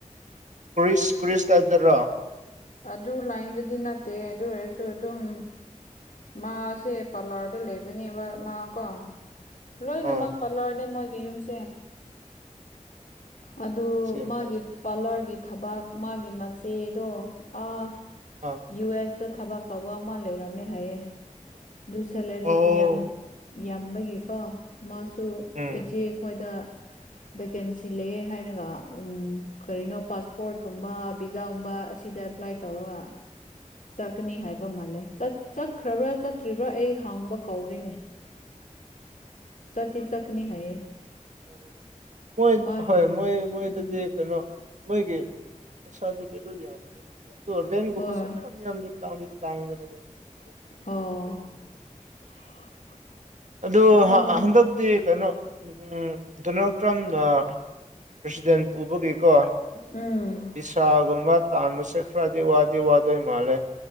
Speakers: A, on the right; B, on the left.
A: ꯀ꯭ꯔꯤꯁ ꯀ꯭ꯔꯤꯁ ꯇꯥꯏꯞꯇꯔꯣ
B: ꯑꯗꯨ ꯂꯥꯏꯟꯗꯗꯤ ꯅꯠꯇꯦ ꯑꯗꯨ ꯑꯣꯏꯔꯁꯨ ꯑꯗꯨꯝ ꯃꯥꯁꯦ ꯄꯜꯂꯔꯗ ꯂꯩꯕꯅꯦꯕ ꯃꯥ ꯀꯣ ꯂꯣꯏꯅꯃꯛ
A: ꯑꯥ
B: ꯄꯠꯂꯔꯅꯤ ꯃꯣꯏꯒꯤ ꯌꯨꯝꯁꯦ ꯑꯗꯨ
A: ꯁꯦꯝ
B: ꯃꯥꯒꯤ
A: ꯍꯥꯏꯔꯦꯅꯦ
B: ꯄꯥꯔꯂꯔꯒꯤ ꯊꯕꯛ ꯃꯥꯒꯤ ꯃꯆꯦꯗꯣ ꯑꯥ
A: ꯑꯥ
B: ꯌꯨ ꯑꯦꯁꯇ ꯊꯕꯛ ꯇꯧꯕ ꯑꯃ ꯂꯩꯔꯝꯃꯦ ꯍꯥꯏꯌꯦ ꯑꯗꯨ ꯁꯦꯂꯔꯤ
A: ꯑꯣ
B: ꯌꯥꯝ ꯌꯥꯝꯕꯒꯤꯀꯣ ꯃꯥꯁꯨ ꯇꯨ
A: ꯎꯝ
B: ꯏꯆꯦ ꯑꯩꯈꯣꯏꯗ ꯚꯦꯀꯦꯟꯁꯤ ꯂꯩꯌꯦ ꯍꯥꯏꯔꯒ ꯎꯝ ꯀꯔꯤꯅꯣ ꯄꯥꯁꯄꯣꯔꯠ ꯀꯨꯝꯕ ꯚꯖꯥꯒꯨꯝꯕ ꯑꯁꯤꯗ ꯑꯦꯄ꯭ꯂꯥꯏ ꯇꯧꯔꯒ ꯆꯠꯀꯅꯤ ꯍꯥꯏꯕ ꯃꯥꯜꯂꯦ ꯆꯠꯈ꯭ꯔꯕ꯭ꯔꯥ ꯆꯠꯇ꯭ꯔꯤꯕ꯭ꯔꯥ ꯑꯩ ꯍꯥꯡꯕ ꯀꯧꯔꯤꯅꯦ ꯆꯠꯇꯤꯆꯠꯀꯥꯅꯤ ꯍꯥꯏꯌꯦ
A: ꯃꯥꯅꯤ ꯃꯣꯏ
B: ꯃꯥꯒꯤ
A: ꯍꯣꯏ ꯃꯣꯏ ꯃꯣꯏꯗꯗꯤ
B: ꯎꯝ
A: ꯀꯩꯅꯣ ꯃꯣꯏꯒꯤ ꯄꯩꯁꯥ ꯑꯗꯨ ꯚꯦꯂꯨ ꯌꯥꯝꯕꯅꯤꯅꯀꯣ ꯑꯣ ꯔꯦꯟꯒꯨꯝꯕꯁꯨ
B: ꯍꯣꯏ
A: ꯌꯥꯝ ꯌꯥꯝꯗꯤ ꯇꯥꯡꯗꯤ ꯇꯥꯡꯕꯅꯦ ꯃꯣꯏꯁꯦ
B: ꯑꯣ
A: ꯑꯗꯨ
B: ꯑꯥ
A: ꯍꯟꯗꯛꯇꯤ ꯀꯩꯅꯣ ꯎꯝ ꯗꯣꯅꯥꯜ ꯇ꯭ꯔꯝꯅ ꯄ꯭ꯔꯁꯤꯗꯦꯟ ꯄꯨꯕꯒꯤꯀꯣ
B: ꯎꯝ
A: ꯚꯤꯁꯥꯒꯨꯝꯕ ꯇꯥꯟꯕꯁꯦ ꯈꯔꯗꯤ ꯋꯥꯗꯤ ꯋꯥꯗꯣꯏ ꯃꯥꯜꯂꯦ